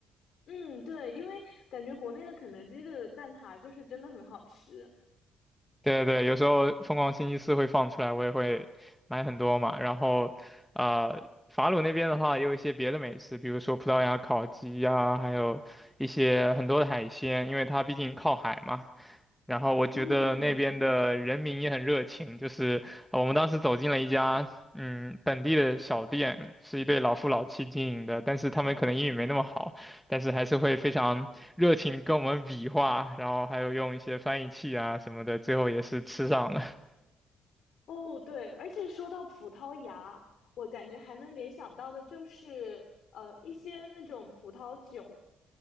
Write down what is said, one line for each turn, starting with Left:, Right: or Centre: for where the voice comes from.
Left: 嗯，对，因为感觉国内的肯德基的蛋挞就是真的很好吃。
Centre: 对对，有时候疯狂星期四会放出来，我也会买很多嘛。然后，呃，法鲁那边的话也有一些别的美食，比如说葡萄牙烤鸡呀、还有一些很多的海鲜，因为它毕竟靠海嘛。然后我觉得那边的人民也很热情，
Left: 嗯，
Centre: 就是呃我们当时走进了一家嗯本地的小店，是一对老夫老妻经营的，但是他们可能英语没那么好，但是还是会非常热情地跟我们比划，然后还有用一些翻译器啊什么的，最后也是吃上了。
Left: 哦，对，而且说到葡萄牙，我感觉还能联想到的就是呃一些那种葡萄酒，